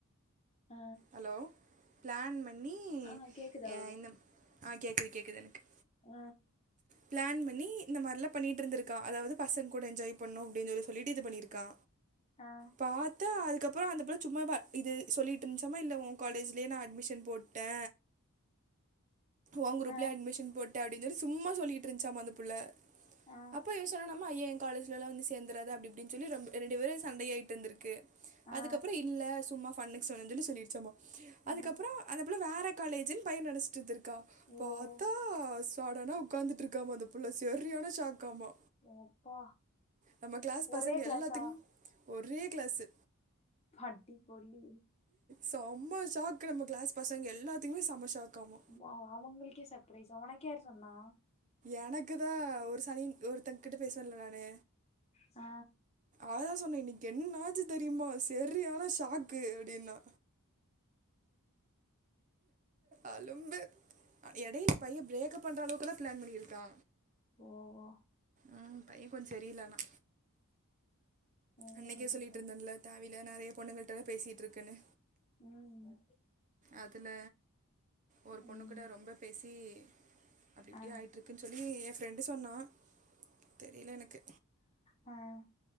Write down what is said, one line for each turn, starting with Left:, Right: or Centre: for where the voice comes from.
Left: ஆ
Right: ஹலோ ப்ளான் பண்ணி
Left: ஆ கேக்குதா
Right: அ இந்த ஆ கேக்குது கேக்குது எனக்கு
Left: ஆ
Right: ப்ளான் பண்ணி இந்த மாரிலா பண்ணிட்டிருந்திருக்கா அதாவது பசங்க கூட என்ஜாய் பண்ணு அப்டின் சொல்லி சொல்லிட்டு இது பண்ணிருக்கா
Left: ஆ
Right: பாத்தா அதுக்கப்பறோ அந்த புள்ள சும்மா ப இது சொல்லிட் டிந்ச்சாமா இல்ல உ காலேஜ்ல்யே நா அட்மிஷன் போட்ட ஒ குரூப்லே
Left: ஆ
Right: அட்மிஷன் போட்ட அப்டின் சொல்லி சும்மா சொல்லிட்டுருந்ச்சாமா அந்த புள்ள
Left: ஆ
Right: அப்போ இவ சொன்னானாமா ஐய ஏ காலேஜ்லல்லா வந்து சேந்துராத அப்டி இப்டின் சொல்லி ரொம்ப் ரெண்டு பேரு சண்டயாயிட்டுருந்துருக்கு
Left: ஆ
Right: அதுக்கப்பறோ இல்ல சும்மா ஃபன்னுக் சொன்னஞ்சொல்லி சொல்லிருச்சாமா அதுக்கப்பறோ
Left: ஆ
Right: அந்த புள்ள வேற காலேஜுன் பைய நெனஷ்ட்டுருந்திர் கா பாத்தா
Left: ஓ
Right: சடனா உக்காந்துட்ருக்காமா அந்த புள்ள செரியான ஷாக்காமா
Left: எப்பா
Right: நம்ம க்ளாஸ்
Left: ஒரே
Right: பசங்க
Left: கிளாஸா
Right: எல்லாத்துக்கும் ஒரே க்ளாஸு
Left: ஹட்டி போலி
Right: சம்ம ஷாக்கு நம்ம க்ளாஸ் பசங்க எல்லாத்துக்குமே சம்ம ஷாக்காமா
Left: வா அவங்களுக்கே சர்பரைஸ்ஸா உனக்கு யாரு சொன்னா
Right: எனக்குதா ஒரு சனியன் ஒருத்தங்கிட்ட பேசுவன்ல நானு
Left: ஆ
Right: அவதா சொன்ன இன்னிக் என்ன ஆச்சு தெரியுமா செரியான ஷாக்கு அப்டினா அலும்பு எடையில பைய ப்ரேக்கப் பண்ற அளவுக்குல்லா ப்ளான் பண்ணியிருக்கா
Left: ஓ ஓ
Right: அ பையே கொஞ் செரி இல்ல ஆனா
Left: என்ன
Right: அன்னைக்கே
Left: பண்றது
Right: சொல்லிட்டுருந்தேன்ல தேவையில்லா நெறைய பொண்ணுங்கள்டல்லா பேசிட்ருக்குன்னு
Left: ம்
Right: அதுல ஒரு
Left: ம்
Right: பொண்ணுக் கூட ரொம்ப பேசி அப்டி இப்டி
Left: ஆ
Right: ஆயிட்ருக்குன் சொல்லி எ ஃப்ரெண்டு சொன்னா தெரில எனக்கு
Left: ம்